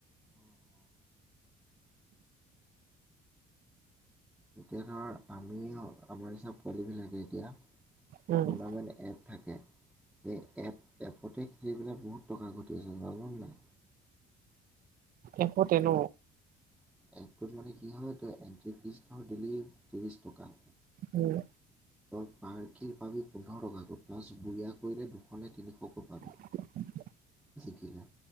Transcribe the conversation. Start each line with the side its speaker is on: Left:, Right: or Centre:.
Centre: অ' অ' এতিয়া ধৰ আমি আমাৰ হিচাপ পোৱালীবিলাকে এতিয়া টুৰ্ণামেণ্ট
Right: উম
Centre: এপ- থাকে সেই এপ এপতে খেলি পেলাই বহুত টকা ঘটি আছে জাননে নাই।
Right: এপতে ন।
Centre: এপটোত মানে কি হয় ত এট্ৰি ফিজ টা দিলি ত্ৰিশ টকা।
Right: উম।
Centre: তই পাৰ্কিল পাবি পোন্ধৰ টকাকৈ প্লাছ বঢ়িয়া কৰিলে দুশ নে তিনিশকৈ পাবি।
Right: <unintelligible>
Centre: জিকিলে।